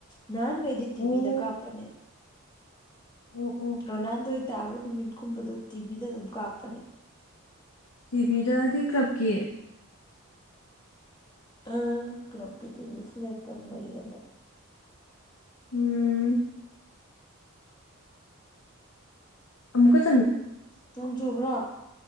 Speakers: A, on the left; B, on the left.
A: ꯅꯍꯥꯟꯒꯩꯗꯤ ꯇꯤꯚꯤꯗ
B: ꯑꯣ
A: ꯀꯥꯞꯄꯅꯦ
B: ꯑꯣ ꯑꯣ
A: ꯔꯣꯅꯥꯜꯗꯣꯏ꫰ꯇꯥꯕ ꯅꯨꯃꯤꯠ ꯀꯨꯝꯕꯗ ꯇꯤꯚꯤꯗ ꯗꯨꯝ ꯀꯥꯞꯄꯅꯦ
B: ꯇꯕꯤꯗꯗꯤ ꯀ꯭ꯂꯕꯀꯤ
A: ꯑ ꯀ꯭ꯂꯕꯀꯤ ꯇꯤꯚꯤ ꯐ꯭ꯂꯦꯠꯇꯝ ꯂꯩꯌꯦꯕ
B: ꯎꯝ ꯑꯃꯨꯛꯀꯠ
A: ꯅꯣꯡ ꯆꯨꯕ꯭ꯔꯣ